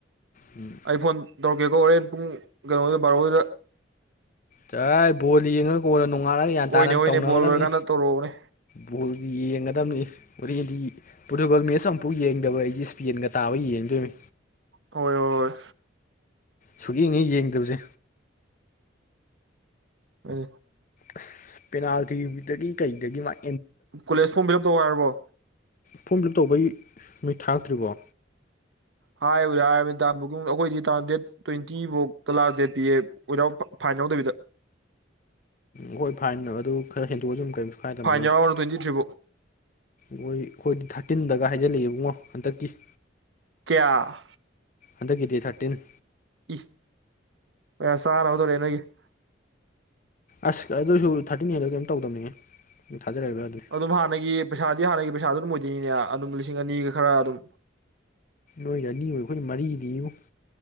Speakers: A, on the left; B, on the right.
A: ꯎꯝ <unintelligible>
B: ꯑꯩ ꯐꯣꯟ ꯇꯧꯔꯛꯀꯦꯀꯣ ꯍꯣꯔꯦꯟ ꯄꯨꯡ ꯀꯩꯅꯣꯗ ꯕꯥꯔꯣꯒꯤꯗ
A: ꯇꯥꯏ ꯕꯣꯜ ꯌꯦꯡꯉꯒ ꯀꯣꯟꯅ ꯅꯣꯡꯉꯥꯜꯂꯒ ꯒ꯭ꯌꯥꯟ
B: ꯍꯣꯏꯅꯦ
A: ꯇꯥꯅ
B: ꯍꯣꯏꯅꯦ
A: ꯇꯧꯅꯒꯗꯝꯃꯤ
B: ꯕꯣꯜ ꯂꯣꯏꯔꯀꯥꯟꯗ ꯇꯧꯔꯛꯑꯣꯅꯦ
A: ꯕꯣꯜꯒꯤ ꯌꯦꯡꯒꯗꯕꯅꯤ ꯍꯣꯔꯦꯟꯗꯤ ꯐꯨꯠꯕꯣꯜ ꯃꯦꯠꯆ ꯑꯃꯨꯐꯥꯎ ꯌꯦꯡꯗꯕ ꯑꯩꯁꯦ ꯏꯁꯄꯦꯟꯒ ꯇꯥꯕ ꯌꯦꯡꯗꯣꯏꯅꯤ
B: ꯍꯣꯏ ꯍꯣꯏ ꯍꯣꯏ
A: ꯁꯨꯛ ꯌꯦꯡꯉꯤ ꯌꯦꯡꯗꯕꯁꯦ
B: ꯍꯣꯏꯅꯦ
A: ꯑꯁ ꯄꯦꯅꯥꯜꯇꯤꯗꯒꯤ ꯀꯩꯗꯒꯤ ꯃꯥꯏ
B: ꯀꯣꯂꯦꯖ ꯐꯣꯝ ꯐꯤꯑꯞ ꯇꯧ ꯍꯥꯏꯔꯕꯣ
A: ꯐꯣꯝ ꯐꯤꯜꯞ ꯇꯧꯕꯩ ꯅꯣꯏ ꯊꯥꯇ꯭ꯔꯤꯕꯣ
B: ꯍꯥꯏꯕꯨꯗꯤ ꯍꯥꯏꯔꯕꯃꯤꯅꯤ ꯇꯛ ꯑꯩꯈꯣꯏꯗꯤ ꯇꯝ ꯗꯦꯠ ꯇ꯭ꯋꯦꯟꯇꯤꯐꯧ ꯂꯥꯛꯁ ꯗꯦꯠ ꯄꯤ ꯑꯦ ꯐꯥꯏꯟ ꯌꯥꯎꯗꯕꯤꯗ
A: ꯍꯣꯏ ꯐꯥꯏꯟ ꯑꯗꯨ ꯈꯔ ꯍꯦꯟꯗꯣꯛꯑꯁꯨꯨꯝ ꯀꯔꯤꯝ ꯁꯨ ꯈꯥꯏꯗꯕꯃꯤ
B: ꯐꯥꯏꯟ
A: ꯃꯣꯏꯗꯤ
B: ꯌꯥꯎꯔꯒꯅ ꯇ꯭ꯋꯦꯟꯇꯤ ꯊ꯭ꯔꯤꯕꯧ
A: ꯃꯣꯏ ꯑꯩꯈꯣꯏꯗꯤ ꯊꯥꯔꯇꯤꯟꯗꯒ ꯍꯥꯏꯖꯤꯜꯂꯛꯑꯦ ꯏꯕꯉꯣ ꯍꯟꯗꯛꯀꯤ
B: ꯀꯌꯥ
A: ꯍꯟꯗꯛꯀꯤ ꯗꯤꯠ ꯊꯥꯔꯇꯤꯟ
B: ꯏ ꯍ ꯁꯅꯕ ꯇꯧꯔꯦ ꯅꯣꯏꯒꯤ <unintelligible>
A: ꯑꯁ ꯑꯗꯨꯁꯨ ꯊꯥꯔꯇꯤꯟ ꯍꯦꯟꯂ ꯀꯩꯝ ꯇꯧꯗꯕꯅꯤ ꯍꯦ ꯊꯥꯖꯔꯛꯏꯕ ꯑꯗꯨꯅꯤ
B: ꯑꯗꯨꯝ ꯍꯥꯟꯅꯒꯤ ꯄꯩꯁꯥꯗꯤ ꯍꯥꯟꯅꯒꯤ ꯄꯩꯁꯥꯗꯨ ꯑꯗꯨꯝ ꯑꯣꯏꯗꯣꯏꯅꯤꯅꯦ ꯑꯗꯨꯝ ꯂꯤꯁꯤꯡ ꯑꯅꯤꯒ ꯈꯔ ꯑꯗꯨꯝ
A: ꯅꯣꯏꯗ ꯑꯅꯤ ꯑꯣꯏ ꯑꯩꯈꯣꯏꯅ ꯃꯔꯤꯅꯤ ꯏꯕꯨꯡꯉꯣ